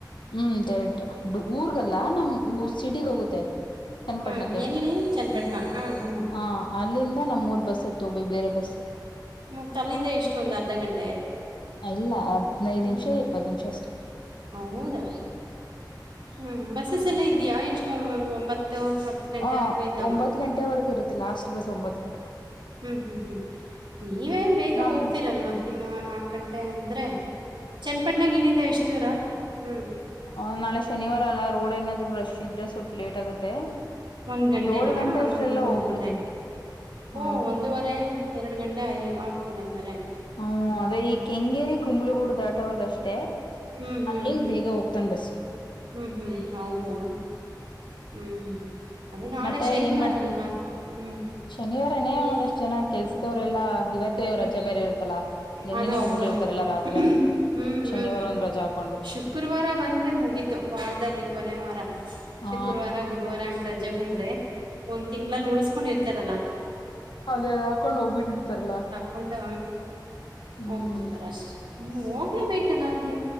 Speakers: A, on the left (about 85°); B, on the right (about 85°).
A: ಹ್ಮ್ ಊರ್ಗಲ್ಲಾ ನಮ್ ಸಿಟಿಗ ಹೋಗುತ್ತೆ ಚನ್ನಪಟ್ಟಣಕ್ಕೆ
B: ಹಾಂ ಎಲ್ಲಿ ಚನ್ನಪಟ್ಟಣ ಹಾಂ ಹಾಂ
A: ಹ ಅಲ್ಲಿಂದ ನಮಮೂೂರ್ ಬಸ್ ಎತ್ ಹೋಗ್ಬೇಕು ಬೇರೆ ಬಸ್
B: ಹ್ಮ ತಲ್ಲಿಂದ ಎಷ್ಟು ಒಂದು್ ಅರ್ಧ ಗಂಟೆ
A: ಇಲ್ಲ ಹದ್ನೈದು
B: ಹ್ಞೂ
A: ನಿಮಿಷ ಇಪ್ಪತ್ತು ನಿಮಿಷ ಅಷ್ಟೇ
B: <inaudible> ಹೌದಾ ಹ್ಮ್ ಬಸ್ಸಸ್ ಎಲ್ಲ ಇದ್ಯಾ ಎಷ್ಟೊ ಒಂದ ಒಂಬತ್ತು. ಹತ್ತು ಗಂಟೆವರೆಗೂ
A: ಹ
B: ಇದ್ದಾವ
A: ಒಂಬತ್ ಗಂಟೆವರೆಗ ಇರುತ್ತೆ ಲಾಸ್ಟ್ ಬಸ್ ಒಂಬತ್ ಗಂಟೆ.
B: ಹ್ಮ್ ಹ್ಮ್ ಹ್ಮ್ ನೀವೇ ಬೇಗ
A: ನಮ್
B: ಹೋಗ್ತೀರಲ್ವಾ ಇನ್ನ ನಾಕ್ ಗಂಟೆ ಅಂದ್ರೆ. ಚನ್ನಪಟ್ಣ ಗಲ್ಲಿಂದ ಎಷ್ಟು ದೂರ ಹ್ಮ್.
A: ಹ ನಾಳೆ ಶನಿವಾರ ಅಲ್ಲಾ ರೋಡ್ ಏನಾದ್ರು ರಶ್ ಇದ್ರೆ ಸ್ವಲ್ಪ ಲೇಟ್ ಆಗುತ್ತೆ.
B: ಒಂದ್ ಗಂಟೆನಾ
A: ಏಳ್ ಗಂಟೆ ಅಷ್ಟೆಲ್ಲ
B: ಒಂದೂವರೆ
A: ಹೋಗ್ಬಿಡ್ತೀನಿ
B: ಗಂಟೆ.
A: ಹಾ
B: ಓ ಒಂದೂುವರೆ ಎರಡ್ ಗಂಟೆ ಆಗ್ತದ ಹಂಗಾರೆ.
A: ಹ್ಮ ಅದೇ ಈ ಕೆಂಗೇರಿ ಕುಂಬ್ಳಗೂಡು ದಾಟೋವರ್ಗ ಅಷ್ಟೇ.
B: ಹ್ಮ್ ಹ್ಮ್.
A: ಅಲ್ಲಿಂದ ಬೇಗ ಹೋಗ್ತನ್ ಬಸ್
B: ಹ್ಮ್ ಹ್ಮ್ ಹೌದಾ ಹ್ಮ್ <unintelligible> ಅದೇ ನಾಳೆ
A: ಮತ್ತೆ
B: ಶನಿವಾರ
A: ಏನ್ ಮಾಡ್ತಿವಿ
B: ಅಲ್ವಾ ಹ್ಮ್
A: ಶನಿವಾರನೇ
B: ಏ
A: ಒಂದಷ್ಟು ಜನ ಕೆಲ್ಸ್ದೇವ್ರಲ್ಲಾ ಇವತ್ತು. ಮತ್ತೆ
B: ಹ್ಮ್
A: ರಜೆ ಬೇರೆ ಇರ್ತ್ತಲ್ಲಾ ನಿನ್ನೆನೆ
B: ಅದು
A: ಹೋಗ್ಬಿಟ್ಟಿರ್ತಾರಲ್ಲ
B: ಹೌದೌದು
A: ರಾತ್ರ
B: ಹ್ಮ್
A: ಶನಿವಾರ
B: ಹ್ಮ್
A: ಒಂದ್ ರಜೆ ಹಾಕೊಂಡು.
B: ಶುಕ್ರವಾರ ಬಂದರೆ ಮುಗತು ವಾರದಲ್ಲಿ ಕೊನೆಯ ವಾರ
A: ಹಾ
B: ಶುಕ್ರವಾರ ಗುರುವಾರ ಅಂಗ್ರಾಜ್. ಜಗಂದ್ರೆ ಒಂದ್ ತಿಂಗಳಲ್ಲಿ ಉಣಸ್ಕೊಂಡಿರ್ತಾರಲ್ಲಾ.
A: ಅದೇ ಅದು ಹಾಕೊಂಡ್ ಹೋಗ್ಬಿಟ್ಟಿರ್ತಾರಲ್ಲ.
B: ಹ್ಮ
A: ಹ್ಮ್
B: ಹೋಗ್ಬಿಡ್ತಾರ ಅಷ್ಟೇ ಇನ್ನು ಹೋಗ್ಲೇಬೇಕಲ್ಲ ಇ.